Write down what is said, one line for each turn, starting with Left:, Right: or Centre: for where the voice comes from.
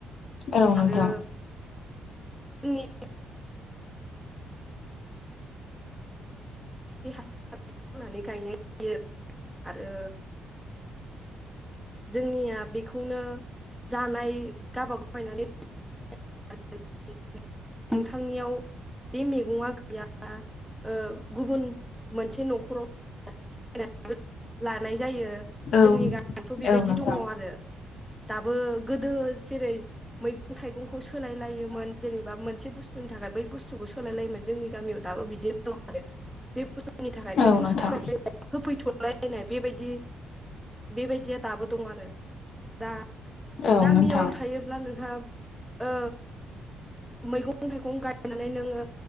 Left: औ
Centre: आरो
Left: नोंथां
Centre: जोंनि <unintelligible> <unintelligible> होनानै गायनाय जायो आरो जोंनिया बेखौनो जानाय गाबागाव बायनानै <unintelligible> नोंथांनियाव बे मैगङा या ओ गुबुन मोनसे न'खराव <unintelligible> लानाय जायो
Left: औ
Centre: जोंनि गामिथ' बेबायदि
Left: औ नोंथां
Centre: दङ आरो दाबो गोदो जेरै मैगं थाइगंखौ सोलायलायोमोन जेनेबा मोनसे बुस्थुनि थाखाय बै बुस्थुखौ सोलायलायोमोन जोंनि गामियाव दाबो बिदिनो दं आरो खस्थ'नि थाखाय
Left: औ
Centre: बैखौ
Left: नोंथां
Centre: सोलाय <unintelligible> होफैथ' <unintelligible> लायलायनाय बेबायदि बेबायदिया दाबो दं आरो दा
Left: औ
Centre: गामियाव
Left: नोंथां
Centre: थायोब्ला नोंहा ओ मैगं थाइगं गायनानै नोङो